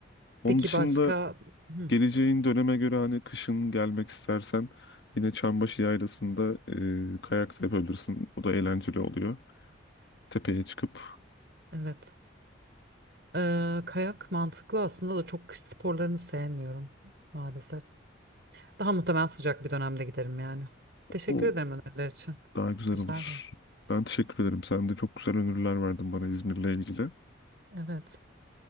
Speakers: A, on the left; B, on the right.
A: Onun
B: peki
A: dışında
B: başka? Hı,
A: geleceğin döneme göre hani kışın gelmek istersen yine Çambaşı Yaylası'nda e, kayak da yapabilirsin. O da eğlenceli oluyor. Tepeye çıkıp
B: evet. Ee, kayak mantıklı aslında da çok kış sporlarını sevmiyorum maalesef. Daha muhtemelen sıcak bir dönemde giderim yani. Teşekkür
A: o
B: ederim öneriler için.
A: daha güzel
B: Güzel
A: olur.
B: de.
A: Ben teşekkür ederim. Sen de çok güzel öneriler verdin bana İzmir'le ilgili.
B: Evet.